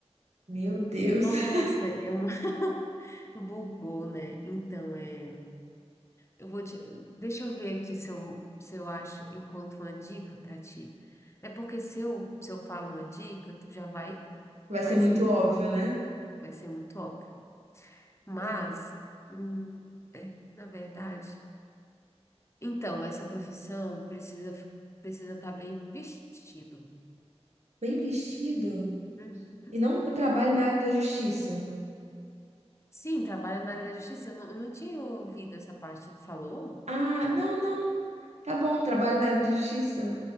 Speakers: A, on the right; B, on the left.
A: Meu Deus.
B: Nossa,
A: <laughs>
B: é um... <laughs> Bugou, né? Então, é... eu vou te... Deixa eu ver aqui se eu, se eu acho, encontro uma dica para ti. É porque se eu, se eu falo uma dica, tu já vai,
A: Vai
B: vai
A: ser muito
B: ser,
A: óbvio, né?
B: vai ser muito óbvio. Mas,
A: Entendi.
B: hum, é, na verdade... Então, essa profissão precisa, precisa estar bem vestido.
A: Bem vestido?
B: Uhum.
A: E não trabalho na área da justiça.
B: Sim, trabalha na área da justiça. Eu não, eu não tinha ouvido essa parte. Tu falou?
A: Ah, não, não. Tá bom, trabalho na área da justiça.